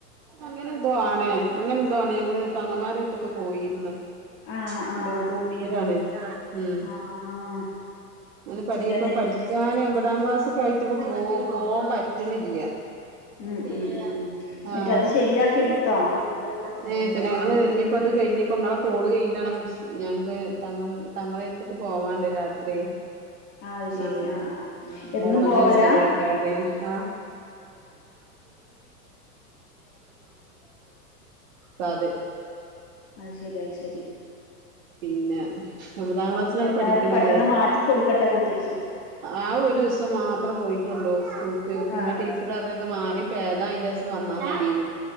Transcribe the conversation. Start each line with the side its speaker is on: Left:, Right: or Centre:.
Right: അങ്ങനെന്തോ ആാണ് അങ്ങനെ എന്തോാണ് ഞങ്ങള് തങ്ങമാരത്തൊക്കെ പോയിരന്ന്.....
Left: ആഹ്
Right: എന്തോ
Left: ആഹ്
Right: കൂടിയതാണ് ഉം.....
Left: ആഹ്
Right: ഓന് പഠി ഇപ്പ
Left: എന്നിട്ട്
Right: പഠിക്കാന് എമ്പതാം ക്ലാസ് ഒക്കെ ആയിട്ട് ഇപ്പ പോ പോവാൻ പറ്റണില്യ.
Left: ഉം
Right: <unintelligible>
Left: ഉം ഉം എന്നിട്ട് അത് ശരിയാക്കി എടുത്തോ
Right: ഏ ഇപ്പൊ ഞങ്ങൾ ഇപ്പോ അത് കഴിഞ്ഞപ്പോ നിങ്ങളെ കോള് കഴിഞ്ഞിട്ടാണംഞങ്ങക്ക്! !!!!!!!!! ക്ക് പോവാണ്ട് രാത്രി.
Left: ആഹ് അത് ശരി
Right: ആം
Left: ആഹ് ആഹ് എന്നും
Right: മോളത്
Left: പോവലാ
Right: ശരിയാക്കാന് ആ! <unintelligible>
Left: അഹ് ശെരി അഹ് ശെരി.
Right: പിന്നെ ഒമ്പതാം ക്ലാസ്സിലാണ്
Left: എന്തായാലും
Right: പഠിക്ക് ണത്
Left: പെട്ടെന്ന് മാറ്റി കൊടുക്കട്ടെ കുട്ടിക്ക്
Right: ആ ഒരു ദിവസം മാത്രം പോയിട്ടൊള്ളൂ സ്കൂൾക്ക് പിന്നെ
Left: ആഹ്
Right: ടീച്ചർ അത് ത് മാറി പേദആയീന്റെസം വന്നാൽ മതിന്ന്.